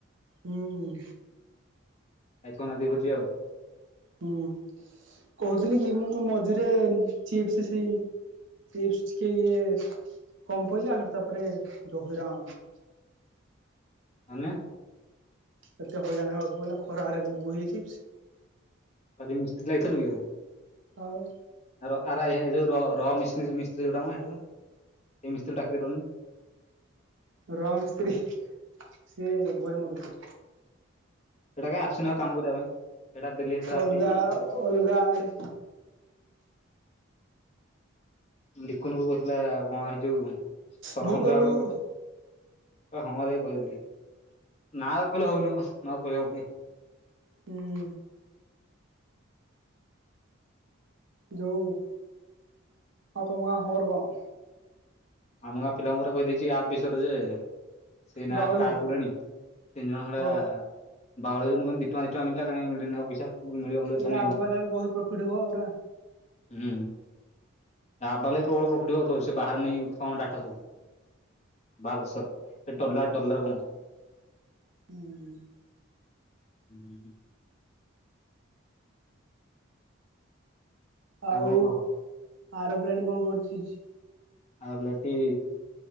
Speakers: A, on the right; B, on the left.
A: ହୁଁ।
B: <unintelligible> ଆଉ।
A: ହୁଁ କହୁଥିଲି କି ଉଁ ମଝିରେ ଚିପ୍ସ ସେଇ ଚିପ୍ସ ଟିକେ ଇଏ କମ ପଇଲା ଆ ଶୋଉଠୁ ତାପରେ ଯୋଉ ହଇରାଣ।
B: ମାନେ
A: କେତେ ହଇରାଣ ହେବାକୁ ପାଇଲା ଖରାରେ ମୁଁ ବୋହିଛି।
B: ଆଜି ମିସ୍ତ୍ରୀ ଲାଗିଥିଲୁ କି
A: ଆଉ
B: ଆର ଆରା ଏ ଯାଉ ର ର ମିସ୍ରି ମିସ୍ତ୍ରୀ ଯୋଉ ଆମ ଏଠୁ ଏ ମିସ୍ତ୍ରୀ ଡାକି ଦେଲୁନି।
A: ର ସ୍ତ୍ରୀ ସିଏ <unintelligible>
B: ସେଇଟା କାଇଁ ଆସୁନି ଆଉ କାମ କରିବା ପାଇଁ। ସେଇଟା ଡେଲି ହେତେବେଳେ ଆସି
A: ଅଲଗା ଆଉ ଅଲଗା ଆଡ଼େ।
B: ଲିକୁନକୁ କହୁଥିଲା କଣ ଏଇ ଯୋଉ ସରପଞ୍ଚ
A: ଭୁଲ କଲୁ
B: ଭାବେ ହଁରେ କହି ଦେଇଥିଲି ନା ବା କହିଲେ ହଉନି ମୋ, ନ କରି ହଉନି।
A: ହୁଁ। ଯୋଉ ହଉ ଆଉ ତମ ଗାଁ ଖବର କଣ?
B: ଆମ ଗାଁ ପିଲାଙ୍କୁ ପୁରା କହି ଦେଇଛି ଆ ବିଷୟରେ ଯେ ସେ ଏଇନା
A: ବାଉଳି
B: ଷ୍ଟାର୍ଟ
A: ହଉଛ?
B: କଲେଣି ତିନିଜଣ ଭଳିଆ
A: ଓ
B: ବାଉଳିଲେଣି କହୁଛନ୍ତି ଦି ଟଙ୍କା, ଦି ଟଙ୍କା ମିଳିଲା କାଇଁ ମିଳିନି ଆଉ ପଇସା। ମିଳିବ ମିଳିବ ଛାନିଆ
A: ଏ ଆପ୍
B: ହଉନି।
A: ବାଲାର ବହେ ପ୍ରଫିଟ ହବ ପୁରା।
B: ହୁଁ, ଆପ ବାଲାର ପ୍ରବଳ ପ୍ରଫିଟ ହଉଥିବ ସେ ବାହାର ଲିଙ୍କ୍ ହଁ ଡାଟା ସବୁ ବାହାର ଦେଶ ଡଲାର ଡଲାର କମଉଥିବେ।
A: ହୁଁ।
B: ହୁଁ ହୁଁ।
A: ଆଉ
B: କଣ କହ
A: ଆର ପିଲାଟି କଣ କରୁଛି-ଛି।
B: ଆଉ ପିଲାଟି